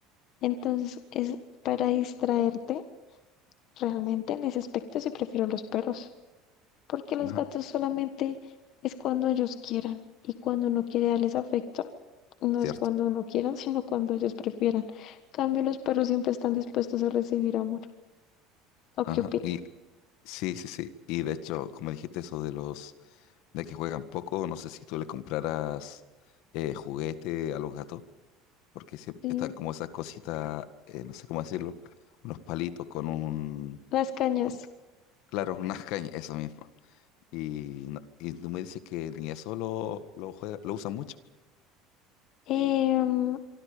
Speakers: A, on the left (about 50°); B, on the left (about 65°).
A: Entonces, es para distraerte. Realmente en ese aspecto sí prefiero los perros, porque los
B: ajá,
A: gatos solamente es cuando ellos quieran y cuando uno quiere darles afecto. No
B: cierto.
A: es cuando uno quieran, <laughs> sino cuando ellos prefieran. En Cambio, los perros siempre están dispuestos a recibir amor. ¿O
B: Ajá.
A: qué opinas?
B: Y sí, sí, sí. Y de hecho, como dijiste eso de los de que juegan poco, no sé si tú le compraras eh, juguete a los gatos. porque siempre
A: Sí,
B: están como esas cositas, eh, no sé cómo decirlo, unos palitos con un,
A: las cañas.
B: con- claro, unas cañas, eso mismo. Y, no- y tú me dices que ni eso lo, lo juega- lo usan mucho.
A: Em,